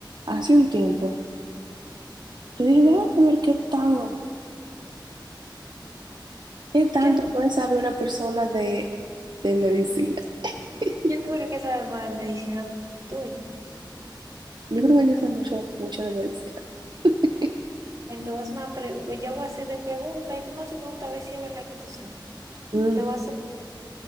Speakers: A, on the right (about 60°); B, on the right (about 40°).
A: hace un tiempo. Yo dije, déjame ver qué tan, qué tanto
B: ¿Quién,
A: puede saber una persona de, de medicina. <laughs>
B: quién tuviera que saber más de medicina tuya?
A: Yo creo que yo sé mucho, mucho de medicina. <laughs>
B: Entonces, una pre- pues, yo voy a hacer de preguntas y tú me haces preguntas a ver si es verdad que tú sabes.
A: Mm,
B: Te voy a hacer